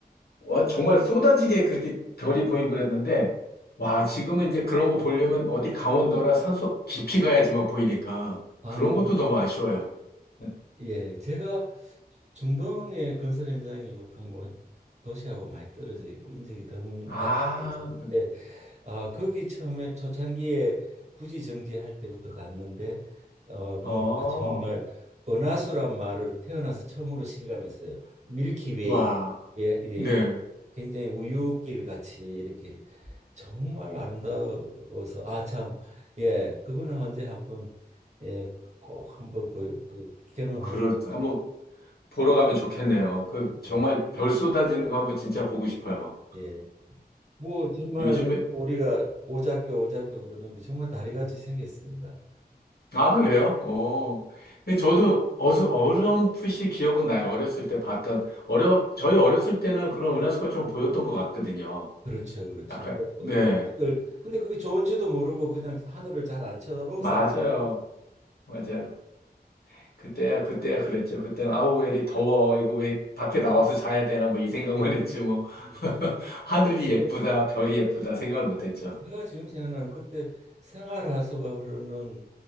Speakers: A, on the left; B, on the right.
A: 와, 정말 쏟아지게 그렇게 별이 보이고 그랬는데, 와, 지금은 이제 그런 거 보려면 어디 강원도나 산속 깊이 가야지만 보이니까
B: 아,
A: 그런 것도 너무 아쉬워요. 네.
B: 예, 제가 중동의 건설 현장이 보통 뭐 도시하고 많이 떨어져 있고 인적이 드문
A: 아,
B: 바다인데
A: 그-
B: 아 거기 처음에 초창기에 부지 정지할 때부터 갔는데 어
A: 어,
B: 보니까 정말 은하수란 말을 태어나서 처음으로 실감했어요. 밀키웨이
A: 와,
B: 예, 이렇게
A: 네.
B: 굉장히 우유길 같이 이렇게 정말 아름다워서 아 참 예 그거는 언제 한번 예꼭 한번 보, 그, 경험해
A: 그렇,
B: 보시고
A: 한번 보러 가면 좋겠네요. 그 정말
B: 예,
A: 별 쏟아지는 거 한번 진짜 보고 싶어요.
B: 예. 뭐 정말
A: 요즘에
B: 우리가 오작교 오작교 그러는데 정말 다리같이 생겼습니다.
A: 아 그래요? 어. 근데 저도 어수 어렴풋이 기억은 나요. 어렸을 때 봤던 어려 저희 어렸을 때는 그런 은하수가 좀 보였던 것 같거든요.
B: 그렇죠 그렇죠.
A: 약간
B: 뭐,
A: 네
B: 그래, 이걸- 근데 그게 좋은지도 모르고 그냥 하늘을 잘 안 쳐다보고
A: 맞아요
B: 살았어요.
A: 맞아요. 그때야 그때야 그랬죠. 그때는 아우 왜 이리 더워 이거 왜 밖에 나와서 자야 되나 뭐 이 생각만 했지 뭐
B: 음.
A: <laughs> 하늘이
B: 예.
A: 예쁘다 별이 예쁘다 생각을 못했죠.
B: 내가 지금 생각나는 그때 생활하수가 흐르는